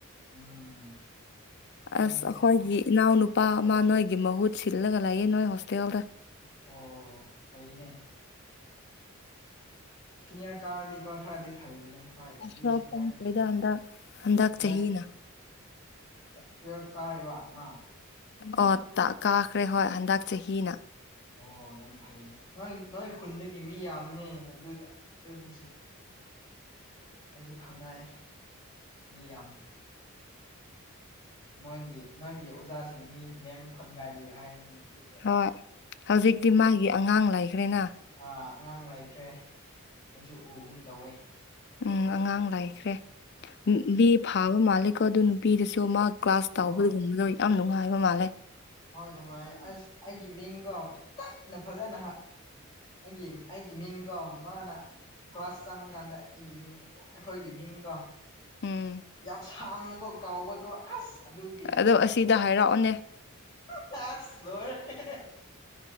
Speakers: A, on the left (about 20°); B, on the left (about 50°).
A: ꯎꯝ <unintelligible> ꯃꯣꯏꯁꯦ
B: ꯑꯁ ꯑꯩꯈꯣꯏꯒꯤ
A: ꯑꯁ
B: ꯏꯅꯥꯎꯅꯨꯄꯥ ꯑꯃ ꯅꯣꯏꯒꯤ ꯃꯍꯨꯠ ꯁꯤꯜꯂꯒ ꯂꯩꯌꯦ ꯅꯣꯏ ꯍꯣꯁꯇꯦꯜꯗ
A: ꯑꯣ ꯐꯩꯅꯦ ꯁꯦꯅꯤꯔ ꯀꯥꯔꯗꯤ ꯀꯣ ꯈꯔꯗꯤ ꯐꯩꯌ‌ꯦꯅꯦ ꯍꯣꯏ ꯑꯗꯨ
B: ꯁꯣꯞ
A: ꯁꯤꯅꯤꯔꯒꯤ
B: ꯆꯪꯈ꯭ꯔꯦꯗ ꯍꯟꯗꯛ
A: ꯍꯟꯗꯛ
B: ꯆꯍꯤꯅ
A: ꯇꯨꯋꯦꯜꯚꯇ ꯀꯥꯔꯤꯕ ꯃꯥ
B: ꯑꯣ ꯇ ꯀꯥꯈ꯭ꯔꯦ ꯍꯣꯏ ꯍꯟꯗꯛ ꯆꯍꯤꯅ
A: ꯑꯣ ꯌꯥꯝ ꯐꯩ ꯅꯣꯏ ꯅꯣꯏ ꯈꯨꯟꯗꯒꯤ ꯃꯤ ꯌꯥꯝꯕꯅꯦ ꯑꯗꯨꯗ ꯑꯗꯨ ꯑꯩꯁꯨ ꯈꯪꯅꯥꯏ ꯃꯤ ꯌꯥꯝ ꯃꫭꯏꯒꯤ ꯅꯣꯏꯒꯤ ꯑꯣꯖꯥꯁꯤꯡ ꯃꯤ ꯃꯦꯝ ꯈꯣꯟꯒꯥꯏꯜꯂꯤ <unintelligible> ꯍꯥꯏꯕ ꯅꯨꯄꯤꯁꯨ
B: ꯍꯣꯏ ꯍꯧꯖꯤꯛꯇꯤ ꯃꯥꯒꯤ ꯑꯉꯥꯡ ꯂꯩꯈ꯭ꯔꯦꯅ
A: ꯑ ꯑꯉꯥꯡ ꯂꯩꯈ꯭ꯔꯦ ꯑꯩꯁꯨ ꯎꯒꯨꯝ ꯇꯧꯋꯦ
B: ꯎꯝ ꯑꯉꯥꯡ ꯂꯥꯏꯈ꯭ꯔꯦ ꯎꯝ ꯃꯤ ꯐꯥꯕ ꯃꯥꯜꯂꯤ ꯀꯣ ꯑꯗꯨꯝ ꯅꯨꯄꯤꯗꯁꯨ ꯃꯥ ꯀ꯭ꯂꯥꯁ ꯇꯥꯎꯕꯗꯒꯨꯝꯕꯗꯣ
A: ꯍꯣꯏ
B: ꯌꯥꯝ ꯅꯨꯡꯉꯥꯏꯕ ꯃꯥꯜꯂꯦ
A: ꯍꯣꯏ ꯅꯨꯡꯉꯥꯏꯌ‌ꯦ ꯑꯁ ꯑꯩꯒꯤ ꯃꯤꯡ ꯀꯣ ꯇꯞꯅ ꯐꯖꯅ ꯍꯥꯏ ꯑꯩꯒꯤ ꯑꯩꯒꯤ ꯃꯤꯡꯗꫭ ꯃꯥꯅ ꯀ꯭ꯂꯥꯁ ꯆꯪꯉꯀꯥꯟꯗ ꯑꯩꯒꯤ ꯃꯤꯡ ꯑꯩꯈꯣꯏꯒꯤ ꯃꯤꯡꯀꫭ
B: ꯎꯝ
A: ꯌꯥꯝ ꯁꯥꯡꯅꯀꯣ ꯀꯥꯎꯕꯀꯣ ꯑꯁ ꯑꯗꯨꯒꯤ
B: ꯑꯗꯣ ꯑꯁꯤꯗ ꯍꯥꯏꯔꯛꯑꯣꯅꯦ
A: ꯆꯥꯁ <unintelligible> ꯁꯂꯔꯦ <unintelligible>